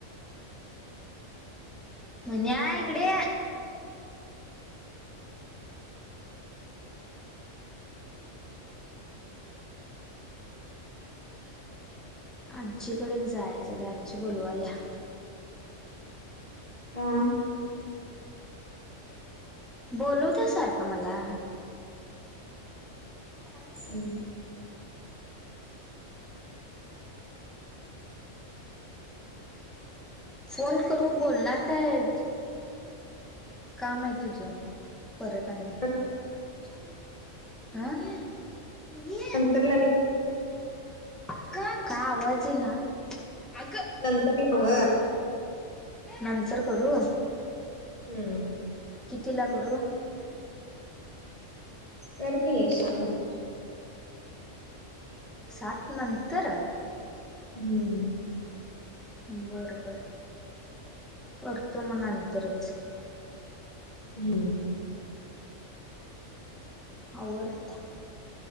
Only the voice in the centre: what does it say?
म्हण्या इकडे आजीकडे जायचं ब आजी बोलू आल्या
बोलू त्यासारखं मला झाले
फोन करू बोलणार काय काम आहे तुझं परत आणि
च अ
अग काय आवाजही ना अग
नंतर करू
किती ला करू
साात नंतर
बरं बर करतो मग अंतरच
हवर आता